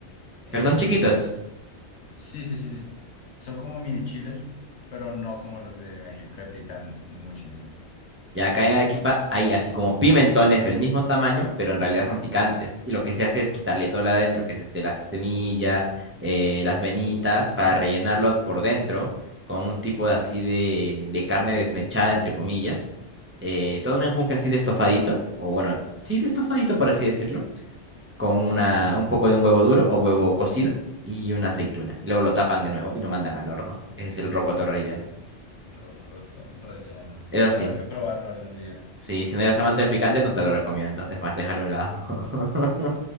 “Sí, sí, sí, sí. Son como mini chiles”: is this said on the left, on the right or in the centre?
Left